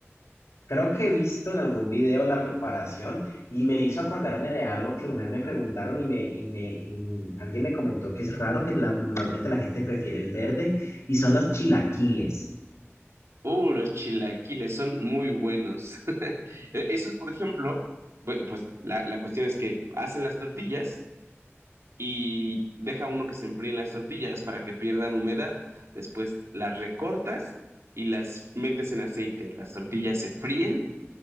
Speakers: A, on the left; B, on the right.
A: Creo que he visto en algún video la preparación y me hizo acordarme de algo que una vez me preguntaron y, me, y, me, y alguien me comentó que es raro que la- normalmente la gente prefiere el verde y son los chilaquiles.
B: Uh, los chilaquiles son muy buenos. <laughs> Eh, Esos, por ejemplo, bu- pues la, la cuestión es que hacen las tortillas, y deja uno que se enfríen las tortillas para que pierdan humedad. Después las recortas y las metes en aceite. Las tortillas se fríen